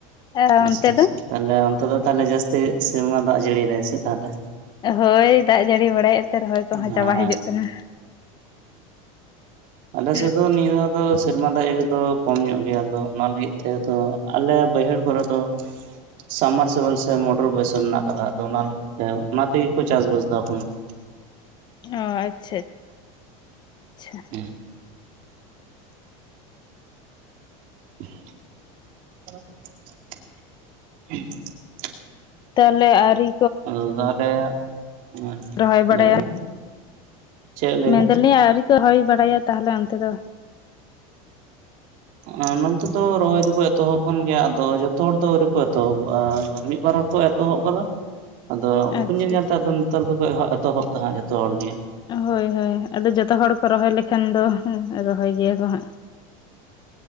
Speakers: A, on the left; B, on the right.
A: ᱟᱨ
B: ᱟᱪᱪᱷᱟ
A: ᱚᱱᱛᱮ
B: ᱟᱪᱪᱷᱟ
A: ᱫᱚ
B: ᱛᱟᱦᱚᱞᱮ ᱚᱱᱛᱮ ᱫᱚ ᱛᱟᱦᱚᱞᱮ ᱡᱟᱹᱥᱛᱤ ᱥᱮᱨᱢᱟ ᱫᱟᱜ ᱡᱟᱹᱲᱤᱭ ᱫᱟᱭ ᱥᱮ ᱛᱟᱦᱚᱞᱮ
A: ᱦᱚᱭ ᱫᱟᱜ ᱡᱟᱹᱲᱤ ᱵᱟᱲᱟᱭᱮᱫ ᱱᱚᱛᱮ ᱨᱚᱦᱚᱭ
B: ᱦᱮᱸ
A: ᱠᱚᱦᱚᱸ ᱪᱟᱵᱟ ᱦᱤᱡᱩᱜ ᱠᱟᱱᱟ
B: ᱟᱞᱮ ᱥᱮᱫ
A: <unintelligible>
B: ᱱᱤᱭᱟᱹ ᱫᱷᱟᱣ ᱫᱚ ᱥᱮᱨᱢᱟ ᱫᱟᱜ ᱨᱮ ᱫᱚ ᱠᱚᱢ ᱧᱚᱜ ᱜᱮᱭᱟ ᱟᱫᱚ ᱚᱱᱟ ᱞᱟᱹᱜᱤᱫ ᱛᱮ ᱟᱞᱮ ᱵᱟᱹᱭᱦᱟᱹᱲ ᱠᱚᱨᱮ ᱫᱚ ᱥᱟᱵᱢᱟᱨᱥᱟᱞ ᱥᱮ ᱢᱚᱴᱚᱨ ᱵᱟᱹᱭᱥᱟᱹ ᱢᱮᱱᱟᱜ ᱟᱠᱟᱫᱟ ᱟᱫᱚ ᱚᱱᱟ ᱞᱟᱹᱜᱤᱫ ᱦᱮ ᱚᱱᱟ ᱛᱮᱜᱮᱠᱚ ᱪᱟᱥᱵᱟᱥ ᱮᱫᱟ ᱮᱱᱠᱷᱚᱱ ᱫᱚ
A: ᱚᱸ ᱟᱪᱪᱷᱟ ᱪᱷᱟ᱾
B: <unintelligible> <inaudible>
A: ᱛᱟᱦᱚᱞᱮ ᱟᱨᱤ
B: ᱟᱫᱚ ᱛᱟᱦᱞᱮ, ᱦᱮᱸ
A: ᱨᱚᱦᱚᱭ ᱵᱟᱲᱟᱭᱟ
B: ᱞᱟᱹᱭ ᱵᱮᱱ᱾ ᱪᱮᱫ ᱞᱟᱹᱭ
A: ᱢᱮᱱᱫᱟᱞᱤᱧ
B: ᱵᱮᱱ
A: ᱟᱹᱣᱨᱤ ᱠᱚ ᱨᱚᱦᱚᱭ ᱵᱟᱲᱟᱭᱟ ᱛᱟᱦᱚᱞᱮ ᱚᱱᱛᱮ ᱫᱚ?
B: ᱱᱚᱱᱚᱛᱮ ᱫᱚ ᱨᱚᱦᱚᱭ ᱫᱚᱠᱚ ᱮᱛᱚᱦᱚᱵ ᱠᱟᱱ ᱜᱮᱭᱟ ᱟᱫᱚ ᱡᱚᱛᱚ ᱦᱚᱲ ᱫᱚ ᱟᱹᱣᱨᱤ ᱠᱚ ᱮᱛᱚᱦᱚᱵᱚᱜᱼᱟ ᱢᱤᱫ ᱵᱟᱨ ᱦᱚᱲᱠᱚ ᱮᱛᱚ ᱮᱛᱚᱦᱚᱵ ᱟᱠᱟ ᱟᱫᱚ ᱩᱱᱠᱩ
A: ᱟᱪᱪᱷᱟ
B: ᱧᱮᱞ ᱧᱮᱞ
A: ᱟᱪᱪᱷᱟ
B: ᱛᱮ ᱱᱮᱛᱟᱨ ᱫᱚᱠᱚ ᱮᱛᱚ, ᱮᱛᱚᱦᱚᱵ ᱫᱟ ᱦᱟᱸᱜ ᱡᱚᱛᱚ ᱦᱚᱲ ᱜᱮ᱾
A: ᱦᱳᱭ ᱦᱳᱭ ᱟᱫᱚ ᱡᱚᱛᱚ ᱦᱚᱲ ᱠᱚ ᱨᱚᱦᱚᱭ ᱞᱮᱠᱷᱟᱱ ᱫᱚ ᱨᱚᱦᱚᱭ ᱜᱮᱭᱟ ᱠᱚ ᱦᱟᱸᱜ᱾